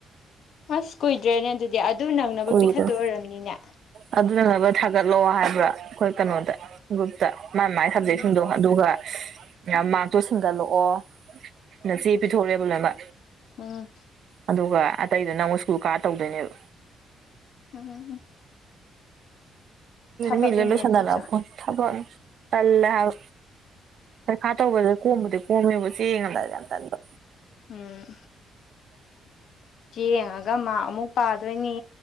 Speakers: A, on the left; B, on the right.
A: ꯑꯁ ꯀꯨꯏꯗ꯭ꯔꯦꯅꯦ ꯑꯗꯨꯗꯤ ꯑꯗꯨ ꯅꯪꯅꯕ
B: ꯀꯨꯏꯗ꯭ꯔꯦ
A: ꯄꯤꯈꯠ ꯇꯣꯏ ꯑꯣꯏꯔꯝꯅꯤꯅꯦ
B: ꯑꯗꯨꯅꯅꯕ ꯊꯥꯒꯠꯂꯣ ꯍꯥꯏꯕ꯭ꯔꯥ ꯑꯩꯈꯣꯏ ꯀꯩꯅꯣꯗ ꯒꯨꯨꯞꯇ ꯃꯥꯥꯏ ꯃꯥꯏ ꯁꯕꯖꯦꯛꯁꯤꯡꯗꯣ
A: ꯎꯝ
B: ꯑꯗꯨꯒ ꯃꯥꯛꯇꯣ ꯁꯟꯒꯠꯂꯛꯑꯣ ꯅꯆꯦ ꯄꯤꯊꯣꯔꯣꯔꯦꯕ ꯂꯣꯏꯅ
A: ꯑꯝ
B: ꯑꯗꯨꯒ ꯑꯇꯩꯗꯨꯣ ꯅꯪ ꯀꯨꯀꯥ ꯇꯧꯗꯣꯏꯅꯦꯕ
A: ꯎꯝ ꯊꯕꯛꯅꯤꯅꯦ
B: ꯃꯤꯂ ꯂꯣ ꯁꯥꯟꯗꯅꯄꯣ
A: ꯑꯗꯨꯁꯨ
B: ꯊꯕꯅ ꯇꯜꯂꯦ ꯍꯥꯏ ꯄꯩꯈꯥ ꯇꯧꯕꯗ ꯀꯣꯝꯕꯗꯤ ꯀꯣꯝꯃꯦꯕꯨ ꯆꯦ ꯌꯦꯡꯉꯝ ꯗꯥꯏꯗ ꯌꯥꯝꯅ ꯇꯜꯕ
A: ꯎꯝ ꯆꯦ ꯌꯦꯡꯉꯒ ꯃꯥ ꯑꯃꯨꯛ ꯄꯥꯗꯣꯏꯅꯤ